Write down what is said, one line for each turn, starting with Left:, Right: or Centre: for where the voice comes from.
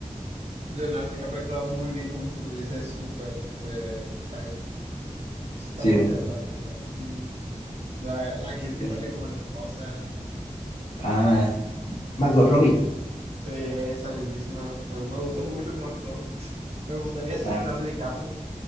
Right: Leonardo DiCaprio actúa muy bien como si estuviese súper, súper high. Está
Left: sí,
Right: muy interesante, o sea, sí. La, la actriz
Left: es
Right: que sale como la esposa.
Left: Ah, Margot Robbie.
Right: Sí, esa mismísima. Me, me gustó mucho cómo actuó. Me gustaría ser
Left: Ah,
Right: Leonardo DiCaprio,